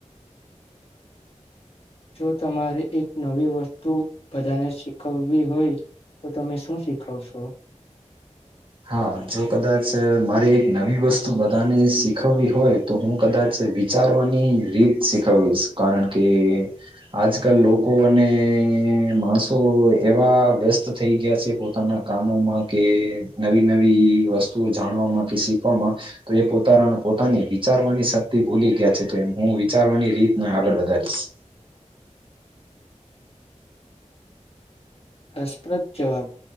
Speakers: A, on the left; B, on the right.
A: જો તમારે એક નવી વસ્તુ બધાને શીખવવી હોય તો તમે શું શીખવશો?
B: હા જો કદાચ મારે એક નવી વસ્તુ બધાને શીખવવી હોય, તો હું કદાચ વિચારવાની રીત શીખવીશ કારણ કે, આજકાલ લોકો અને માણસો એવા વ્યસ્ત થઈ ગયા છે, પોતાના કામોમાં કે નવી નવી વસ્તુ જાણવામાં કે શીખવામાં તો એ પોતાનાના પોતાની વિચારવાની શક્તિ ભૂલી ગયા છે, તો એમ હું વિચારવાની રીતને આગળ વધારીશ
A: રસપ્રદ જવાબ